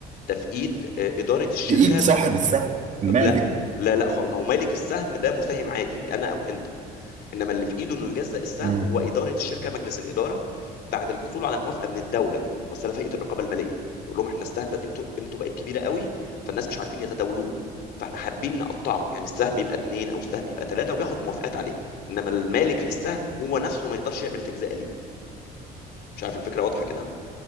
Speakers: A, on the left; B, on the right.
A: ده في إيد آه، إدارة الشركة
B: بإيد صاحب السهم المالك
A: لا لا لا خالص ما هو مالك السهم ده مساهم عادي أنا أو أنت انما اللي في ايده انه يجزأ السهم
B: مم.
A: هو اداره الشركه مجلس الاداره بعد الحصول على موافقه من الدوله من مؤسسه فئه الرقابه الماليه تقول لهم احنا السهم قيمته قيمته بقت كبيره قوي فالناس مش عارفين يتداولوه فاحنا حابين نقطعه يعني السهم يبقى اتنين او السهم يبقى ثلاثه وبياخد موافقات عليه انما المالك للسهم هو نفسه ما يقدرش يعمل تجزئه ليه مش عارف الفكره واضحه كده